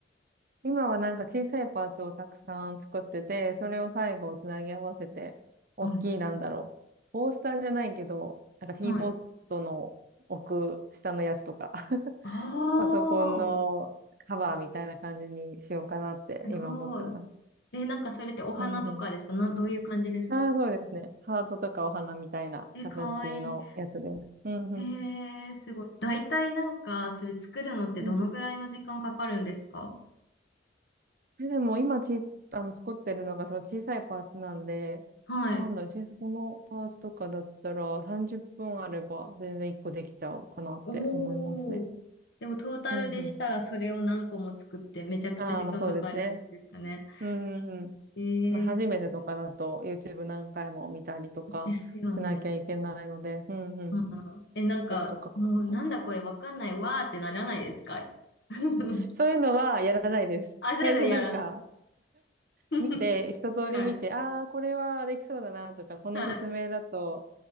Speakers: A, on the right (about 50°); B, on the left (about 65°).
A: 今はなんか小さいパーツをたくさん作ってて、それを最後つなぎ合わせて、大きいなんだろう。
B: はい。
A: コースターじゃないけど、なんかティーポットの奥下のやつとか、
B: はい。
A: <laughs>
B: ああ、
A: パソコンのカバーみたいな感じにしようかなって今思ってます。
B: すごい。え、なんかそれってお花とかですかな、
A: うんうん。
B: どういう感じですか
A: ああ、そうですね。ハートとかお花みたいな形のやつです。
B: え、かわいい。
A: うんう
B: えー、すごい。大体なんか、それ作るのってどのぐらいの時間かかるんですか
A: ん。え、でも今ち、あの、作ってるのがその小さいパーツなんで、
B: はい。
A: なんだろう、小さこのパーツとかだったら30分あれば全然1個できちゃうかなって思いますね。
B: おー。でもトータルでしたらそれを何個も作ってめちゃくちゃ時間かかるんですかね。
A: うんうん。ああ、まあそうですね。うんうんうん。
B: えー、
A: まあ初めてとかだと YouTube 何回も見たりとかしなきゃいけないので、
B: ですよね。
A: うんうん。
B: うんえ、なんか、
A: ちょっとかかったのか。
B: もうなんだこれわかんないわーってならないですか <laughs>
A: そういうのはやらないです。
B: 焦るやらない。
A: 最初なんか、
B: <laughs>
A: 見て、一通り見て、
B: はい。
A: ああ、これはできそうだなとか、この説明だと、
B: はい